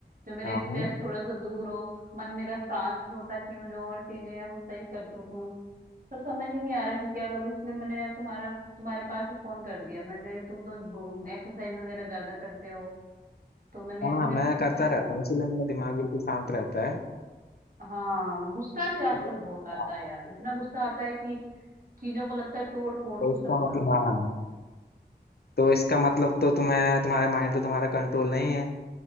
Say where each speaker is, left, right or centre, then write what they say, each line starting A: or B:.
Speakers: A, on the right (about 55°); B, on the left (about 70°).
A: जो मेरा
B: हाँ
A: स्ट्रेस
B: हाँ
A: थोड़ा सा दूर हो मन मेरा शांत हो ताकि मैं जो और चीजें हैं वो सही कर सकूं पर समझ ही नहीं आ रहा कि क्या करूं इसलिए मैंने यार तुम्हारा तुम्हारे पास ही फोन कर दिया मैं कह रही तुम तो एक्सरसाइज वगैरह ज्यादा करते हो तो मैंने
B: हाँ
A: इसीलिए
B: हाँ, मैं
A: पूछा
B: करता रहता हूँ इसीलिए मेरा दिमाग बिल्कुल शांत रहता है
A: हाँ गुस्सा भी आजकल
B: तो
A: बहुत आता
B: हाँ,
A: है यार इतना गुस्सा आता है कि चीजों को लगता है तोड़ फोड़
B: तो
A: दूं
B: इसका
A: सब
B: मतलब
A: कर दूं।
B: हाँ तो इसका मतलब तो तुम्हें तुम्हारे माइंड पे तुम्हारा कंट्रोल नहीं है